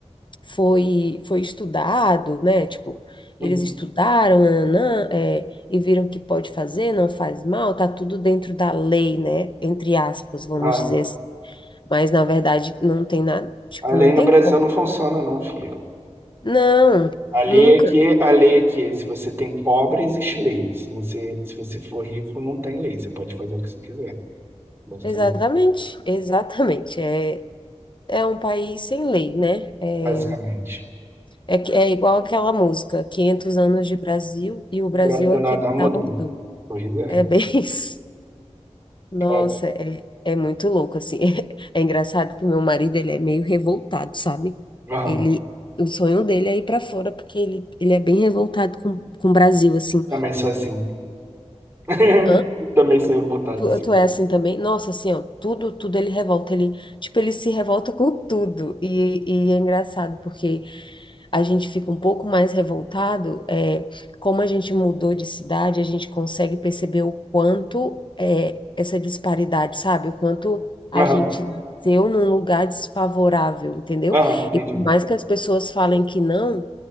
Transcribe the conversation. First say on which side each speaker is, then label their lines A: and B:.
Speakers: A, on the left; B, on the right.
A: foi, foi estudado, né? Tipo,
B: Uhum.
A: eles estudaram, nananã, é, e viram que pode fazer, não faz mal, tá tudo dentro da lei, né? Entre aspas, vamos
B: a,
A: dizer assim. Mas na verdade não tem nada, tipo,
B: a lei
A: não
B: no
A: tem
B: Brasil
A: como.
B: não funciona, não, filho.
A: Não,
B: A lei
A: nunca.
B: é que, a lei é que se você tem pobre, existe lei. Se você, se você for rico, não tem lei. Você pode fazer o que você quiser, basicamente.
A: Exatamente, exatamente. É, é um país sem lei, né? É,
B: Basicamente.
A: é, que- é igual aquela música, 500 anos de Brasil e o Brasil
B: Não presta
A: aqui
B: nada mudou.
A: da mudou.
B: Pois é.
A: É bem <laughs> isso. Nossa,
B: Cara,
A: é, é muito louco, assim. <laughs> É, engraçado que o meu marido, ele é meio revoltado, sabe?
B: aham,
A: Ele, o sonho dele é ir para fora, porque ele, ele é bem revoltado com, com o Brasil, assim.
B: também sou assim. <laughs>
A: Hã?
B: Também sou revoltado,
A: Tu,
B: assim.
A: tu é assim também? Nossa, assim, ó, tudo, tudo ele revolta, ele, tipo, ele se revolta com tudo, e, e é engraçado, porque a gente fica um pouco mais revoltado, é, como a gente mudou de cidade, a gente consegue perceber o quanto é, essa disparidade, sabe? O quanto a
B: Aham,
A: gente nasceu num lugar desfavorável, entendeu?
B: aham, entendi.
A: E por mais que as pessoas falem que não,